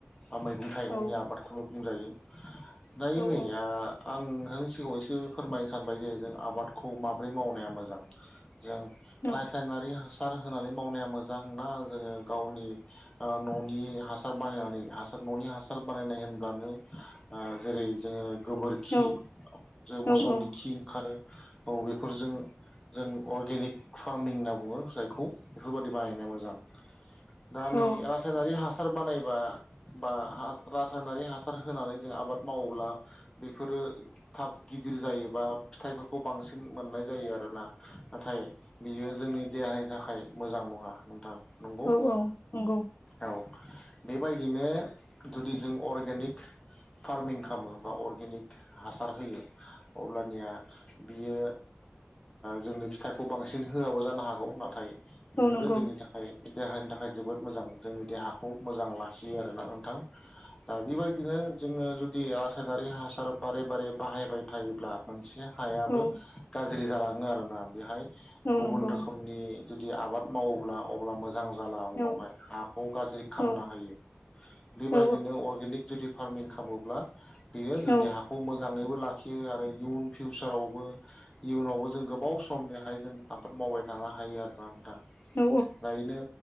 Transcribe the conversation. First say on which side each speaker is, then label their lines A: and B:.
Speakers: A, on the left; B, on the left.
A: बा मैगं थाइगंनि
B: औ
A: आबादखौल' बुंजायो। दायो
B: औ औ
A: नै आं नोंथांनि सिगाङाव एसे फोरमायनो सानबाय जे जों आबादखौ माबोरै मावनाया मोजां जों
B: औ
A: रासायनारि हास सार होनानै मावनाया मोजां ना जोङो गावनि न'नि हासार बानायनानै हासार न'नि हासार बानायनाय होनब्लानो ओ जेरै जोङो गोबोरखि
B: औ
A: जे मोसौनि
B: औ नंगौ
A: खि ओंखारो औ बेफोरजों जों अर्गेनिक फार्मिं होनना बुङो। फिथाइखौ बेफोरबादि बानायनाया मोजां दा नै
B: औ
A: रासायनारि हासार बानायबा <inaudible> बा रासायनारि हासार होनानै जों आबाद मावोब्ला बेफोरो थाब गिदिर जायोबा फिथाइफोरखौ बांसिन मोननाय जायो आरो ला नाथाय बियो जोंनि देहानि थाखाय मोजां नङा नोंथां नंगौ
B: औ औ नंगौ
A: औ बेबायदिनो जुदि जों अर्गेनिक फार्मिं खालामो बा अर्गेनिक हासार होयो अब्लानिया बियो जोंनो फिथाइखौ बांसिन होआबो जानो हागौ नाथाय बेफोरो
B: औ नंगौ औ नंगौ औ नंगौ
A: जोंनि थाखाय बिदि हारिनि थाखाय जोबोद मोजां जोंनि देहा खौ मोजां लाखियो आरोना नों ना दा बेबायदिनो जोङो जुदि जुदि आसारारि हासार बारे बारे बाहायबाय थायोब्ला मोनसे हायाबो
B: औ
A: गाज्रि गाज्रि जालाङो आरोना बेहाय
B: औ
A: गुबुन
B: नंगौ
A: रोखोमनि जुदि आबाद मावोब्ला अब्ला मोजां जाब उनावहाय
B: औ
A: हाखौ गार्जि खामना
B: औ
A: हीयी बे
B: औ
A: बादि नो अरगेनिख पारमिं खालामी ब्ला बियी जींनि
B: औ
A: हाखौ बो लाखियो आरो इयुन फिउचारावबो इयुनावबो जों गोबाव सम बेहाय जों आबाद मावबाय थानो हायो आरोना नोंथां।
B: औ
A: गायनो